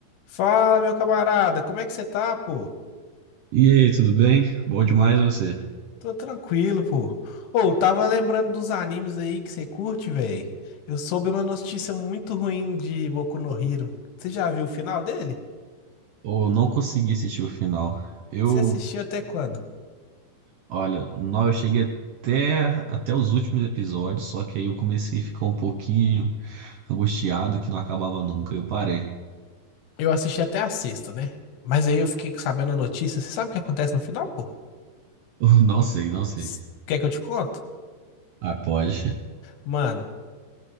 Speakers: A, on the left; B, on the right.
A: Fala, meu camarada, como é que você tá, pô?
B: E aí, tudo bem? Bom demais você?
A: Tô tranquilo, pô. Ô, tava lembrando dos animes aí que você curte, velho. Eu soube uma notícia muito ruim de Boku no Hero. Você já viu o final dele?
B: Ou não consegui assistir o final. Eu,
A: Você assistiu até quando?
B: olha, não, eu cheguei até, até os últimos episódios, só que aí eu comecei a ficar um pouquinho angustiado que não acabava nunca. Eu parei. <laughs>
A: Eu assisti até a sexta, né? Mas aí eu fiquei sabendo a notícia. Você sabe o que acontece no final, pô?
B: Eu Não sei, não sei.
A: S- Quer que eu te conto?
B: Ah, pode.
A: Mano,